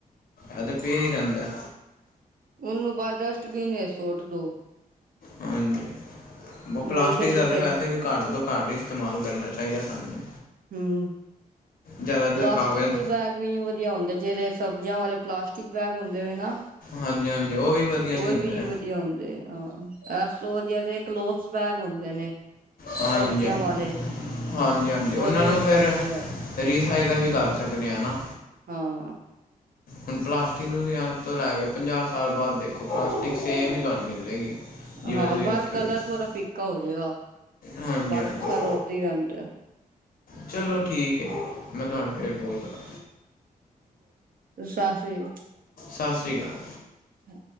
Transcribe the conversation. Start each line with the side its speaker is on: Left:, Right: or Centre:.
Left: ਇਹ ਤੇ ਪਿਆ ਹੀ ਰਹਿੰਦਾ।
Right: ਉਹਨੂੰ ਬਾਅਦ ਡਸਟਬੀਨ ਵਿੱਚ ਸੁੱਟ ਦੋ।
Left: ਹਾਂਜੀ ਪਲਾਸਟਿਕ
Right: ਨਹੀਂ
Left: ਦਾ
Right: ਜਿੱਥੇ
Left: ਤਾਂ ਵੈਸੇ ਵੀ ਘੱਟ ਤੋਂ ਘੱਟ ਇਸਤੇਮਾਲ ਕਰਨਾ ਚਾਹੀਦਾ ਸਾਨੂੰ
Right: ਹੂੰ
Left: ਜ਼ਿਆਦਾਤਰ
Right: ਪਲਾਸਟਿਕ
Left: ਕਾਗਜ਼
Right: ਬੈਗ ਵੀ ਨੀ ਵਧੀਆ ਹੁੰਦੇ ਜਿਹੜੇ ਸਬਜ਼ੀਆਂ ਵਾਲੇ ਪਲਾਸਟਿਕ ਬੈਗ ਹੁੰਦੇ ਵੇ ਨਾ।
Left: ਹਾਂਜੀ ਹਾਂਜੀ ਉਹ ਵੀ ਵਧੀਆ
Right: ਉਹ
Left: ਨਹੀਂ ਹੁੰਦੇ
Right: ਵੀ ਨੀ ਵਧੀਆ ਹੁੰਦੇ। ਹਾਂ ਏਸ ਤੋ ਵਧੀਆ ਦੇ ਕਲੋਥਸ ਬੈਗ ਹੁੰਦੇ ਨੇ।
Left: ਹਾਂਜੀ
Right: ਸਬਜ਼ੀਆਂ
Left: ਹਾਂਜੀ
Right: ਵਾਲੇ
Left: ਹਾਂਜੀ ਹਾਂਜੀ
Right: ਉਹਦੇ
Left: ਉਹਨਾਂ ਨੂੰ
Right: ਵਿੱਚ
Left: ਫਿਰ
Right: ਸਬਜ਼ੀਆਂ ਲੈ
Left: ਰੀਸਾਈਕਲ ਵੀ ਕਰ ਸਕਦੇ ਹਾਂ ਨਾ
Right: ਹਾਂ
Left: ਹੁਣ ਪਲਾਸਟਿਕ ਤੁਸੀਂ ਅੱਜ ਤੋਂ ਲੈ ਕੇ ਪੰਜਾਹ ਸਾਲ ਬਾਅਦ ਦੇਖੋ ਪਲਾਸਟਿਕ ਸੇਮ ਹੀ ਤੁਹਾਨੂੰ ਮਿਲੇਗੀ ਜਿਵੇਂ
Right: ਹਾਂ
Left: ਤੁਸੀਂ
Right: ਬਸ
Left: ਰੱਖੀ
Right: ਕਲਰ
Left: ਸੀ
Right: ਥੋੜ੍ਹਾ ਫਿੱਕਾ ਹੋ ਜਾਏਗਾ
Left: ਹਾਂਜੀ
Right: ਬਾਕੀ
Left: ਹਾਂਜੀ
Right: ਸਾਰਾ ਓਦਾਂ ਹੀ ਰਹਿੰਦਾ।
Left: ਚਲੋ ਠੀਕ ਹੈ ਮੈਂ ਤੁਹਾਨੂੰ ਫਿਰ ਕੋਲ ਕਰਾਂ
Right: ਸਤਿ ਸ੍ਰੀ
Left: ਸਤਿ ਸ੍ਰੀ ਅਕਾਲ!
Right: ਹਾਂ